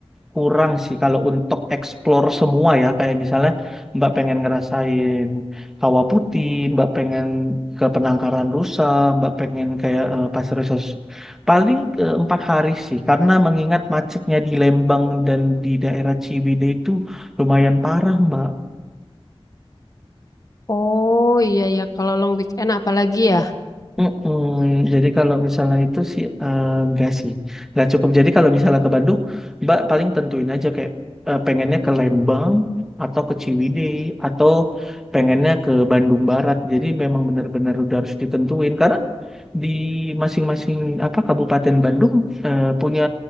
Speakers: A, in the centre; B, on the left.
A: kurang sih kalau untuk explore semua ya, kayak misalnya Mbak pengen ngerasain Kawah Putih, Mbak pengen ke Penangkaran Rusa, Mbak pengen kayak eh, Pasir Sos. Paling eh, empat hari sih, karena mengingat macetnya di Lembang dan di daerah Ciwidey itu lumayan parah Mbak.
B: Oh iya ya, kalau long weekend apalagi ya?
A: Mm-mm. Jadi kalau misalnya itu sih eh, enggak sih, nggak cukup. Jadi kalau misalnya ke Bandung, Mbak paling tentuin aja kayak eh, pengennya ke Lembang atau ke Ciwidey atau pengennya ke Bandung Barat. Jadi memang benar-benar udah harus ditentuin karena di masing-masing apa Kabupaten Bandung eh, punya